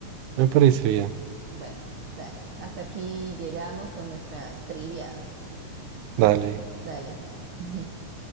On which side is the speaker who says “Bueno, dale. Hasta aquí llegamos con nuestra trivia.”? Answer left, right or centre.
Right